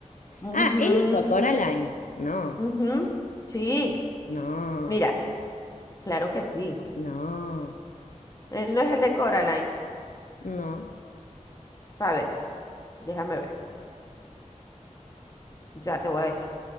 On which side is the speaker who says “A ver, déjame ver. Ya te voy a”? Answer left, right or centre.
Left